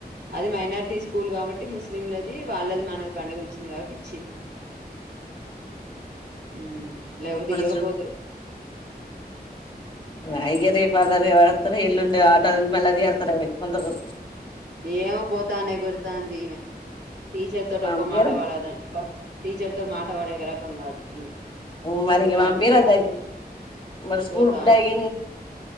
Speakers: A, on the right; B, on the left.
A: అది మైనారిటీ స్కూల్ కాబట్టి ముస్లింలది వాళ్ళది మాన ది పండుగ వచ్చింది కాబట్టి ఇచ్చిర్రు ఉ లేకపోతే
B: ఇప్పుడు
A: ఈయకపోదురు
B: చూడు <unintelligible> తర ఎల్లుండి ఆట మళ్ళ దియాతారా అయితే కొంతకు
A: ఏమో పోతానే ఎగురుతాంది ఈమె టీచర్ తోటి
B: పంపియ్యరా
A: ఒక్క మాట పడదు టీచర్ మాట పడే క రకం కాదు ఈమె
B: ఉ మరి
A: పోతా
B: ఇంకా పంపియరాదా
A: అంటాంది
B: మరి స్కూల్
A: పోతా
B: డాయి
A: అంటాంది